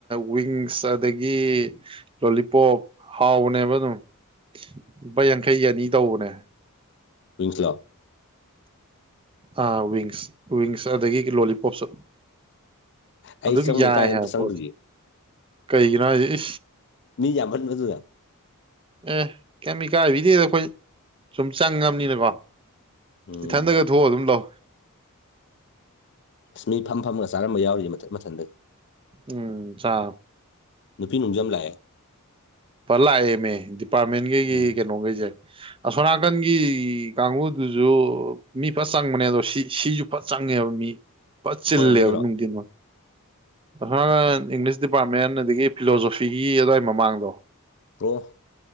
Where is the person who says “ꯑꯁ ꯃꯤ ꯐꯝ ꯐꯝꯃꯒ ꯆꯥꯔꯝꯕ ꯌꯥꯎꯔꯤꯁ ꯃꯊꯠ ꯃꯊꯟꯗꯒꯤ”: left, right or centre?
Left